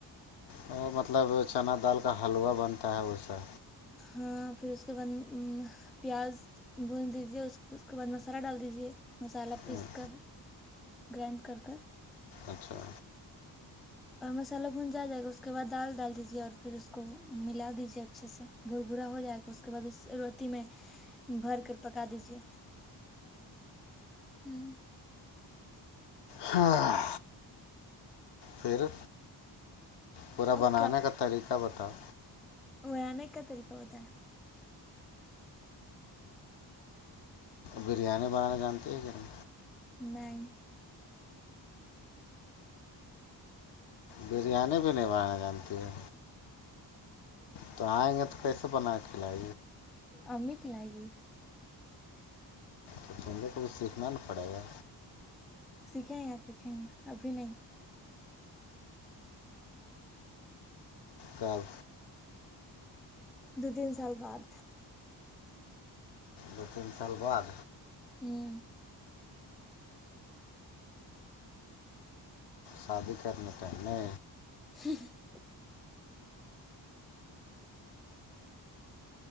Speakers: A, on the left (about 70°); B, in the centre.
A: وہ مطلب چنا دال کا حلوہ بنتا ہے اسا
B: ہاں پھر اس کے بعد پیاز بھج دیجے اس کے بعد مسالہ ڈال دیجے مسالہ پیس
A: ہوں،
B: کر گرڈ کرک
A: اچھا
B: اور مسالہ بھن جا جائے گا اس کے بعد دال ڈال دیجیے اور پھر اس کو ملا دیجیے اچھے سے بور بورا ہو جائے گا اس کے بعد اس اوتی میں بھر کر پکا دیجے ہوں
A: ہاں پھر پورا
B: اب
A: بنانے کا طریقہ بتاؤ
B: وہ انے کا پری کے ہوتا ہے
A: بریانی بنانا جانتی ہے کیاھر
B: نہیں
A: بریانی بھی نہیں بانا جانتی ہے تو آئیں گے تو کیسے بنا کے کلے
B: امت ل گی
A: تو دھندے کو بھی سیکھنا ن پڑے گا
B: سیکھیں یا سیکھیں ہیں ابھی نہیں
A: تو
B: دو تین سال بعد
A: دو تین سال بعد
B: ہوں
A: شادی کرنے پہنے
B: <unintelligible>